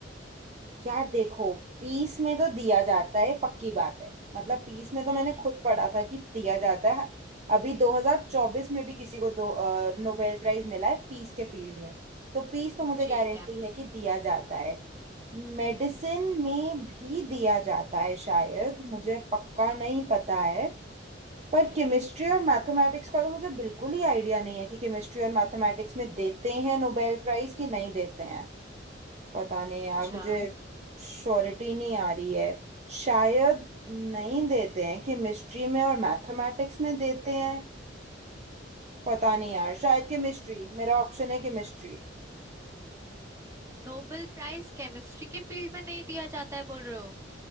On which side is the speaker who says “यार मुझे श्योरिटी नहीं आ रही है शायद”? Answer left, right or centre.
Right